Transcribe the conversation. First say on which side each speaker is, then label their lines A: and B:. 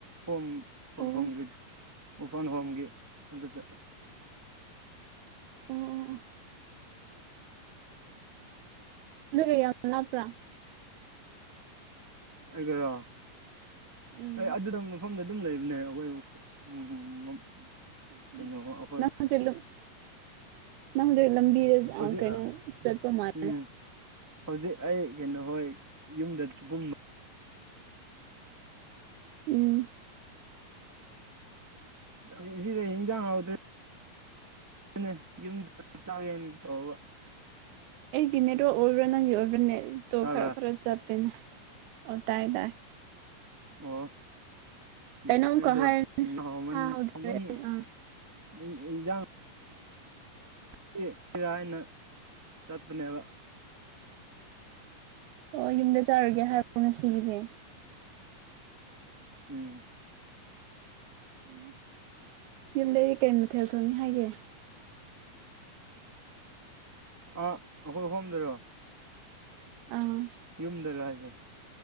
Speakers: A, in the centre; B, on the right (about 80°).
A: ꯍꯣꯝ ꯑꯣꯔꯐꯥꯟꯒꯤ
B: ꯑꯣ
A: ꯎꯔꯐꯥꯟ ꯍꯣꯝꯒꯤ ꯑꯗꯨꯗ
B: ꯑꯣ ꯑꯣ <unintelligible> ꯂꯥꯞꯄ꯭ꯔꯥ
A: ꯑꯩꯕꯨꯔꯣ
B: ꯎꯝ
A: ꯑꯩ ꯑꯗꯨꯝ ꯃꯐꯝꯗ ꯑꯗꯨꯝ ꯂꯩꯕꯅꯦ ꯑꯩꯈꯣꯏ ꯎꯝ
B: ꯑꯣ
A: ꯀꯩꯅꯣ ꯑꯩꯈꯣꯏ
B: ꯅꯪ ꯍꯧꯖꯤꯛ ꯅꯪ ꯍꯧꯖꯤꯛ ꯂꯝꯕꯤ
A: ꯍꯧꯖꯤꯛ
B: ꯑ ꯀꯩꯅꯣ ꯆꯠꯄ ꯃꯥꯜ
A: ꯎꯝ ꯍꯧꯖꯤꯛ ꯑꯩ ꯀꯩꯅꯣ ꯍꯣꯏ ꯌꯨꯝꯗ <unintelligible>
B: ꯎꯝ꯫
A: ꯉꯁꯤꯗꯤ ꯏꯟꯖꯥꯡ ꯍꯥꯎꯗꯨꯔꯤ ꯑꯗꯨꯅꯦ ꯌꯨꯝꯗ ꯆꯥꯛ <unintelligible> ꯇꯧꯕ꯫
B: ꯑꯩꯒꯤ ꯅꯦꯠꯋꯥꯛ ꯑꯣꯏꯕ꯭ꯔꯥ ꯅꯪꯒꯤ ꯑꯣꯏꯕ꯭ꯔꯥ ꯅꯦꯠꯇꯣ
A: ꯇꯥꯕ꯭ꯔꯥ
B: ꯈꯔ ꯈꯔ ꯆꯠꯄꯦꯅꯦ ꯑꯣ ꯇꯥꯏ ꯇꯥꯏ
A: ꯑꯣ ꯎꯝ
B: ꯀꯩꯅꯣꯝꯀ
A: ꯑꯩꯗꯣ
B: ꯍꯥꯏ
A: <unintelligible> ꯃꯟ
B: ꯇꯥꯍꯧꯗ꯭ꯔꯦ
A: ꯑꯃꯟ
B: ꯑꯥ
A: ꯏ ꯏꯟꯖꯥꯡ ꯁꯤ <unintelligible> ꯍꯥꯏꯅ ꯆꯠꯄꯅꯦꯕ
B: ꯑꯣ ꯌꯨꯝꯗ ꯆꯥꯔꯨꯒꯦ ꯍꯥꯏꯕꯣꯅ ꯁꯤꯒꯤꯁꯦ
A: ꯎꯝ
B: ꯑꯣ ꯌꯨꯝꯗꯗꯤ ꯀꯔꯤ ꯃꯊꯦꯜ ꯊꯣꯡꯅꯤ ꯍꯥꯏꯒꯦ꯫
A: ꯑꯥ ꯑꯩꯈꯣꯏ ꯍꯣꯝꯗꯔꯣ
B: ꯑꯡ꯫
A: ꯌꯨꯝꯗꯔ ꯍꯥꯏꯁꯦ